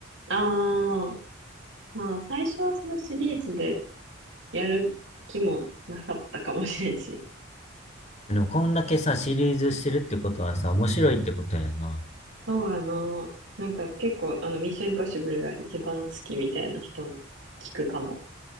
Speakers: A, on the right; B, on the left.
A: ああ、まあ最初はそのシリーズでやる気もなかったかもしれんし。
B: でもこんだけさ、シリーズしてるってことはさ、面白いってことやな。
A: そうやな。なんか結構あのミッションインポッシブルが一番好きみたいな人も聞くかも。